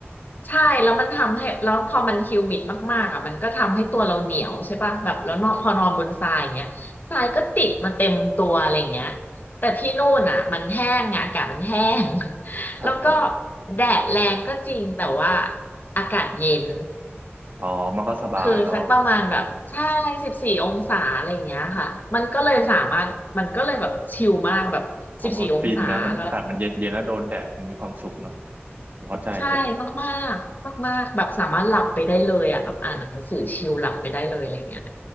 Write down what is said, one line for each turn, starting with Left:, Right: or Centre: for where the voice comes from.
Left: ใช่แล้วมันทำให้แล้วพอมันฮิวมิดมากๆอ่ะมันก็ทำให้ตัวเราเหนียวใช่ป่ะแบบแล้วนอนพอนอนบนทรายอย่างเงี้ยทรายก็ติดมาเต็มตัวอะไรอย่างเงี้ยแต่ที่นู่นอ่ะมันแห้งไงอากาศมันแห้ง <laughs>
Right: ครับผม
Left: แล้วก็แดดแรงก็จริงแต่ว่าอากาศเย็น
Right: อ๋อมันก็สบายเนาะ
Left: คือสักประมาณแบบใช่สิบสี่องศาอะไรอย่างเงี้ยค่ะมันก็เลยสามารถมันก็เลยแบบชิลมากแบบสิบสี่องศาแล้ว
Right: อ๋อมันก็ฟินนะมันอากาศมันเย็นเย็นแล้วโดนแดดมันมีความสุขเนาะหัวใจเลย
Left: ใช่มากๆมากๆแบบสามารถหลับไปได้เลยอ่ะแบบอ่านหนังสือชิลหลับไปได้เลยอะไรเงี้ย